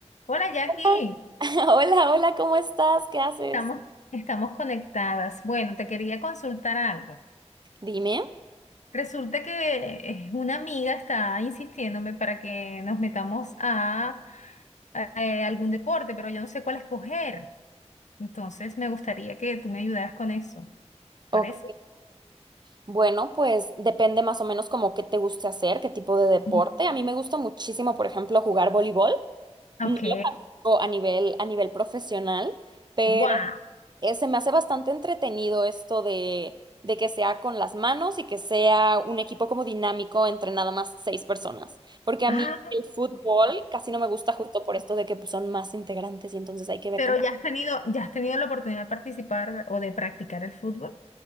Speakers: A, on the left; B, on the right.
A: Hola Jackie,
B: <laughs> Hola, hola, ¿cómo estás? ¿Qué haces?
A: estamos, estamos conectadas. Bueno, te quería consultar algo.
B: Dime.
A: Resulta que eh, una amiga está insistiéndome para que nos metamos a, a, eh, algún deporte, pero yo no sé cuál escoger. Entonces me gustaría que tú me ayudaras con eso. ¿Parece?
B: Ok, bueno, pues depende más o menos como qué te guste hacer, qué tipo de deporte.
A: Mm.
B: A mí me gusta muchísimo, por ejemplo, jugar voleibol.
A: Ok.
B: No lo practico a nivel, a nivel profesional, pero
A: ¡Wow!
B: eh, se me hace bastante entretenido esto de, de que sea con las manos y que sea un equipo como dinámico entre nada más seis personas. Porque a
A: Ah,
B: mí el fútbol casi no me gusta justo por esto de que pues, son más integrantes y entonces hay que ver
A: pero
B: cómo
A: ya has tenido, ya has tenido la oportunidad de participar o de practicar el fútbol.